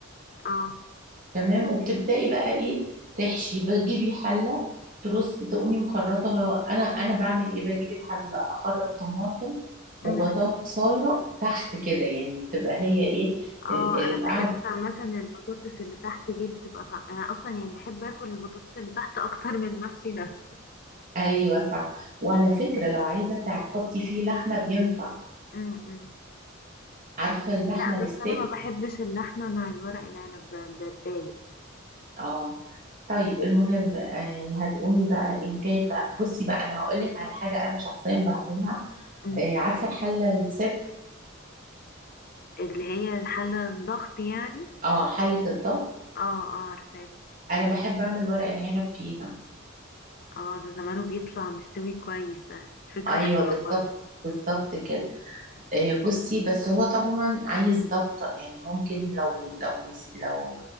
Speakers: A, on the left (about 45°); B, on the right (about 40°).
A: اه
B: تمام وبتبدأي بقى ايه تحشي بتجيبي حلة ترصي تقومي مخرطة بقى. انا انا بعمل ايه بجيب الحلة اخرط طماطم
A: مم.
B: وبطاطساية تحت كده يعني بتبقى هي ايه
A: اه
B: ال-
A: انا
B: القعدة
A: بحب عامه البطاطس اللي تحت دي بتبقى طع... انا اصلا يعني بحب اكل البطاطس اللي تحت اكتر من المحشي نفسه
B: ايوه صح وعلى فكرة لو عايزة تحطي فيه لحمة بينفع
A: امم
B: عارفة اللحمة
A: لا
B: الستيك
A: بس انا ما بحبش اللحمه مع الورق العنب ب- بتضايق
B: اه طيب المهم آه، هتقومي بقى ايه جاي بقى بصي بقى انا هقول لك على حاجه انا شخصيا بعملها
A: أمم.
B: آه، عارفه الحله السب
A: اللي هي الحله الضغط يعني
B: اه حله الضغط
A: اه اه عارفاه
B: انا بحب اعمل ورق العنب فيها
A: اه ده زمانه بيطلع مستوي كويس ده فكره
B: ايوه
A: حلوه
B: بالظبط
A: برضه
B: بالظبط كده آه، بصي بس هو طبعا عايز ضبطه يعني ممكن لو لو مس- لو